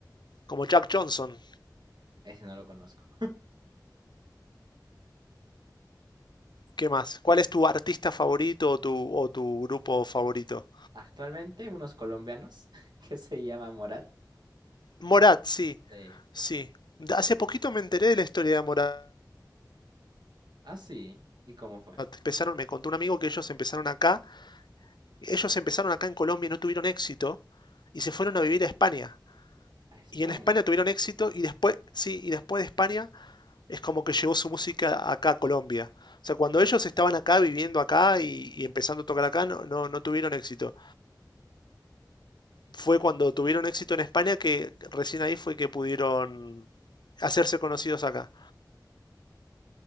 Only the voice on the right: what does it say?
Ese no lo conozco.
Actualmente, unos colombianos <laughs> que se llama Morat.
De...
Ah, sí. ¿Y cómo fue?
A España.